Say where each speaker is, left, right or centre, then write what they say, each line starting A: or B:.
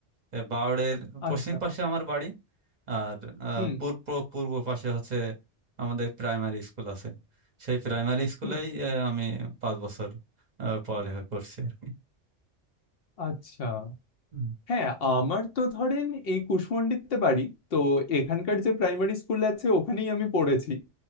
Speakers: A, on the right; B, on the left.
A: এ বাওড়ের পশ্চিম
B: আচ্ছা
A: পাশে আমার বাড়ি আর আহ,
B: হুম
A: পূর্ব পূর্ব পাশে হচ্ছে আমাদের প্রাইমারি স্কুল আছে সেই প্রাইমারি স্কুলেই
B: হুম
A: আহ, আমি পাঁচ বছর আহ, পড়ালেখা করছি আর কি
B: আচ্ছা
A: হুম,
B: হ্যাঁ আমার তো ধরেন এই কুশমন্ডিতে বাড়ি তো এখানকার যে প্রাইমারি স্কুল আছে ওখানেই আমি পড়েছি